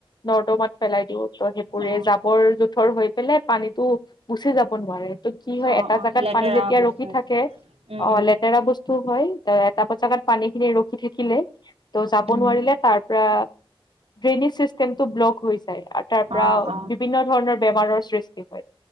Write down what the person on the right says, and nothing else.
অ
অ
অ
লেতেৰা
বস্তু
হৈছে উম
উম
উম
অ অ